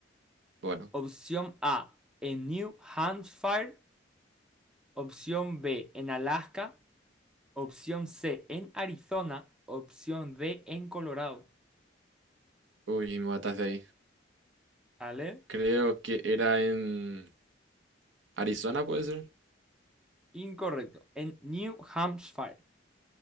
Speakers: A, on the right; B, in the centre.
A: Bueno.
B: Opción A, en New Hampshire. Opción B, en Alaska. Opción C en Arizona. Opción D en Colorado.
A: Uy, me mataste ahí.
B: ¿Vale?
A: Creo que era en Arizona, puede ser.
B: Incorrecto. En New Hampshire.